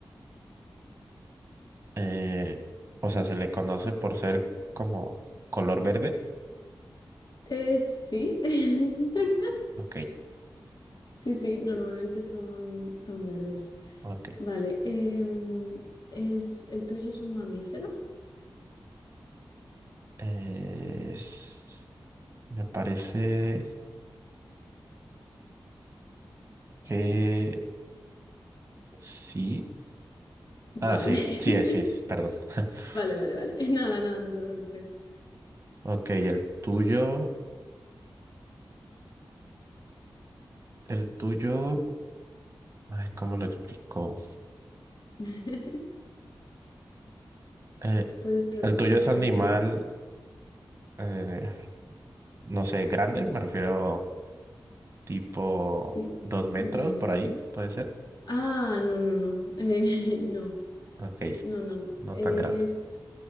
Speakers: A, on the right; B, on the left.
A: Eh, o sea, se le conoce por ser como color verde.
B: Eh, sí. <laughs>
A: Ok,
B: Sí, sí, normalmente son, son verdes.
A: ok.
B: Vale, em, es, ¿el tuyo es un mamífero?
A: Eh, s- me parece que sí.
B: Vale,
A: Ah, sí, sí es,
B: <laughs>
A: sí es, perdón. <laughs>
B: vale, vale, vale. <laughs> Nada, nada, no te preocupes.
A: Ok, el tuyo, el tuyo, ay, ¿cómo lo explico?
B: <laughs>
A: Eh,
B: Puedes preguntar,
A: el tuyo es animal,
B: sí,
A: eh, no sé, grande, me refiero tipo
B: sí.
A: dos metros
B: mm.
A: por ahí, puede ser.
B: Ah, no, no, no, eh, <laughs> no,
A: Ok,
B: no, no.
A: no
B: Es,
A: tan grande.